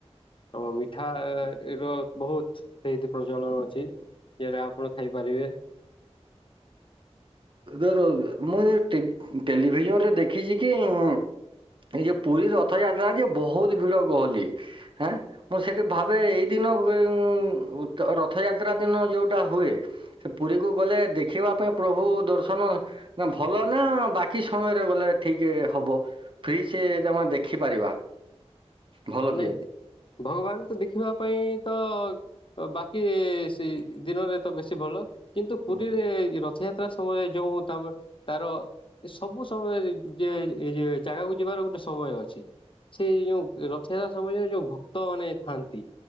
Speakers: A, on the left; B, on the right.
A: ଓ ମିଠା ର ବହୁତ ସେଇଠି ପ୍ରଚଳଣ ଅଛି। ଯେଟା ଆପଣ ଖାଇପାରିବେ।
B: ରୁହ ରୁହ ରୁ- ମୁଁ ସେ ଟେଲ ଟେଲିଭିଜନ ରେ ଦେଖିଛି କି ଉଁ, ଏଇ ଯେ ପୁରୀ ରଥଯାତ୍ରା ଯେ ବହୁତ ଭିଡ ଗହଲି ହାଁ। ମୁଁ ସେଠି ଭାବେ ଏଇ ଦିନ ଗଏ ଉଁ, ଉଥ ରଥଯାତ୍ରା ଦିନ ଯୋଉଟା ହୁଏ ସେ ପୁରୀକୁ ଗଲେ ଦେଖିବା ପାଇଁ ପ୍ରଭୁ ଦର୍ଶନ ନା ଭଲ ନା ବାକି ସମୟରେ ଗଲେ ଠିକ୍ ହବ। ଫ୍ରି ସେ ଯମା ଦେଖିପାରିବା। ଭଲ
A: ନାଇଁ
B: କି?
A: ଭଗବାନଙ୍କୁ ଦେଖିବା ପାଇଁ ତ ବାକି ସେଇ ଦିନରେ ତ ବେଶୀ ଭଲ କିନ୍ତୁ ପୁରୀରେ
B: ହୁଁ।
A: ରଥଯାତ୍ରା ସମୟରେ ଯୋଉ ତମ ତାର ଏ ସବୁ ସମୟ ଯେ ଏ ଯେ ଜାଗାକୁ ଯିବାର ଗୋଟେ ସମୟ ଅଛି। ସେଇ ଯୋଉ ରଥଯାତ୍ରା ସମୟରେ ଯୋଉ ଭକ୍ତ ମାନେ ଥାଆନ୍ତି